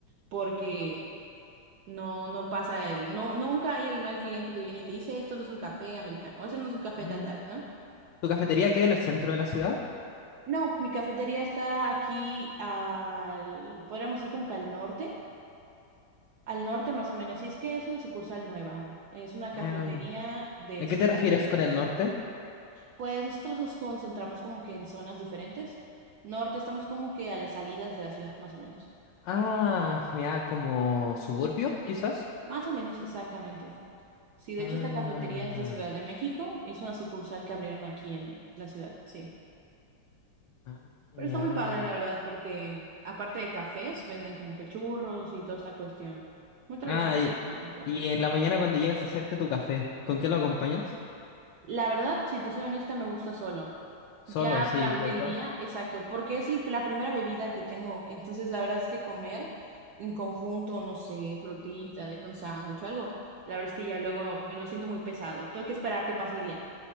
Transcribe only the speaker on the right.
Porque no no pasa el no nunca hay el mal cliente que viene y te dice esto no es un café americano, o, eso no es un café
tal tal, ¿no?
No, mi cafetería está aquí al podríamos decir como que al norte, al norte más o menos, y es que es una sucursal nueva, es una cafetería
de
Ciudad
de México.
Pues nosotros nos concentramos como que en zonas diferentes. Norte estamos como que a las salidas de la ciudad, más o menos.
Más o menos, exactamente. Sí, de
hecho esta cafetería es de Ciudad de México. Es una sucursal que abrieron aquí en la ciudad, sí.
Pero está muy padre, la verdad, porque aparte de cafés, venden como que churros y toda esta cuestión. Muy tradicional
en México.
La verdad, si te soy honesta, me gusta solo.
Ya
durante
el día, exacto, porque es el- la primera bebida que tengo. Entonces, la verdad es que comer en conjunto, no sé, frutita, de que un sándwich o algo, la verdad es que ya luego me lo siento muy pesado. Tengo que esperar a que pase el día.